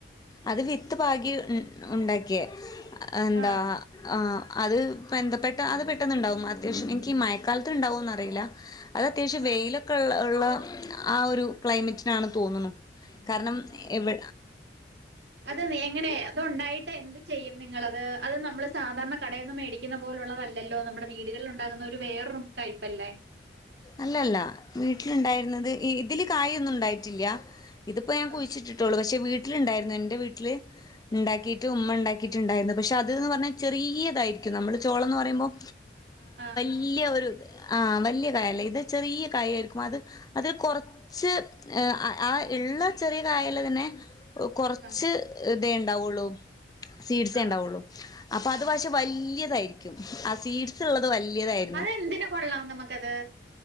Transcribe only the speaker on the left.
അത് വിത്ത് പാകി ഉണ്ടാക്കിയ എന്താ
ആ അത് ബന്ധപ്പെട്ട അത് പെട്ടെന്നുണ്ടാവും അത്യാവശ്യം എനിക്ക് മഴക്കാലത്ത് ഉണ്ടാവോന്നറിയില്ല അത് അത്യാവശ്യം
വെയിലൊക്കെ ഉള്ള ഉള്ള ആ ഒരു ക്ലൈമറ്റിനാണ് തോന്നുന്നു കാരണം എവആ
അല്ലല്ല വീട്ടിലുണ്ടായിരുന്നത് ഇതില് കായൊന്നും ഉണ്ടായിട്ടില്ല ഇതിപ്പോ ഞാൻ കുഴിച്ചിട്ടിട്ടുള്ളൂ
പക്ഷെ വീട്ടിലുണ്ടായിരുന്നു എൻ്റെ വീട്ടില് ഉണ്ടാക്കിയിട്ട് ഉമ്മ ഉണ്ടാക്കിയിട്ടുണ്ടായിരുന്നു പക്ഷെ അത എന്ന് പറഞ്ഞാൽ ചെറിയതായിരിക്കും നമ്മള് ചോളംന്ന് പറയുമ്പം
വല്യ ഒരു ആ വലിയ കായല്ലേ ഇത് ചെറിയ കായ ആയിരിക്കും അത് അതിൽ കൊറച്ച് ആ
ഉള്ള ചെറിയ കായൽ തന്നെ കുറച്ച്
ഇതേ ഉണ്ടാവുള്ളു സീഡ് സേണ്ടാവുള്ളൂ
അപ്പൊ അത്
വലിയതായിരിക്കും ആ സീഡ്സ് ഉള്ളത് വലിയതായിരിക്കും